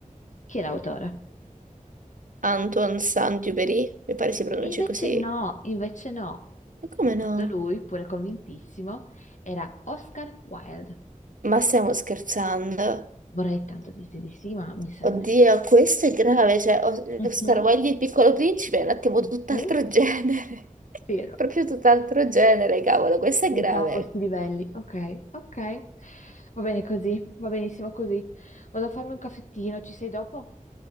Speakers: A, on the left; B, on the right.
A: Chi è l'autore?
B: Antoine Saint-Exupéry, mi pare si pronunci
A: E invece
B: così.
A: no, invece no.
B: Ma come
A: Secondo
B: no?
A: lui, pure convintissimo, era Oscar Wilde.
B: Ma stiamo scherzando.
A: Vorrei tanto dirti di sì, ma mi sa
B: Oddio,
A: di no.
B: questo è grave, cioè O-
A: Mhm,
B: Oscar Wilde e il Piccolo Principe è un attimo
A: mhm,
B: tutt'altro genere,
A: Vero.
B: <laughs> proprio tutt'altro genere, cavolo, questo
A: Quindi
B: è grave.
A: siamo a questi livelli. Ok, ok. Va bene così, va benissimo così. Vado a farmi un caffettino, ci sei dopo?